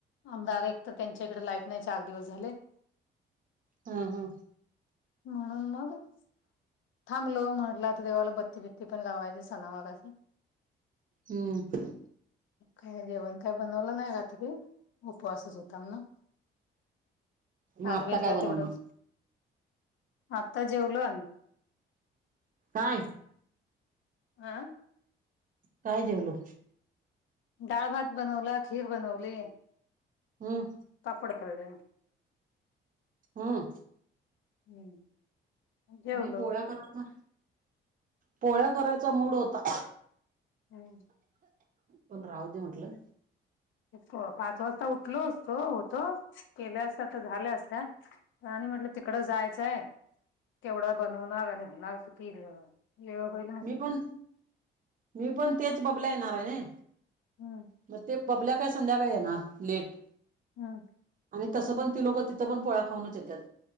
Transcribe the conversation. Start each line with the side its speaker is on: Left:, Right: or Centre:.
Left: अमदार एक तर त्यांच्या इकडे लाईट नाही चार दिवस झाले.
Right: हा हा.
Left: हम्म मग. थांबलो म्हटलं तर देवाला बत्ती बिती पण लावायची सणावाराच अस.
Right: हम्म.
Left: काय जेवण काय बनवलं नाही का तु. उपवासच होता ना
Right: मग
Left: अद्वेदला
Right: आता काय बनवणार
Left: तेवढंच आता जेवलो आम्ही.
Right: काय?
Left: हा
Right: काय जेवलो.
Left: डाळ भात बनवला खीर बनवली.
Right: हम्म.
Left: पापड तळलेले.
Right: हम्म.
Left: हम्म जेवलो
Right: मी पोळ्या करायचा पोळ्या करायचा मूड होता.
Left: हम्म.
Right: पण राहु दे म्हटलं?
Left: पाच वाजता उठलो असतो होतो केल्या असता तर झाल्या असत्या. आणि म्हटलं तिकडं जायचंय केवढा बनवणार आणि होणार तु ये होहिला
Right: मी पण मी पण तेच बबल्या येणार आहे ना
Left: हम्म
Right: मग ते बबल्या काय संध्याकाळी येणार लेट
Left: हा.
Right: आणि तसं पण ती लोकं तिथं पण पोळ्या खाऊच येत्यात.